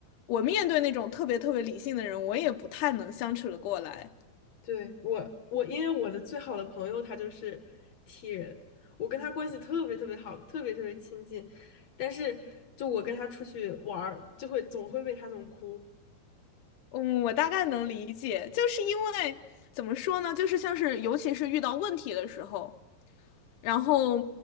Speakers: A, on the left; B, on the left.
A: 我面对那种特别特别理性的人，我也不太能相处的过来。
B: 对，我我因为我的最好的朋友他就是 T 人，我跟他关系特别特别好，特别特别亲近，但是就我跟他出去玩儿，就会总会被他弄哭。
A: 嗯，我大概能理解，就是因为怎么说呢？就是像是尤其是遇到问题的时候。然后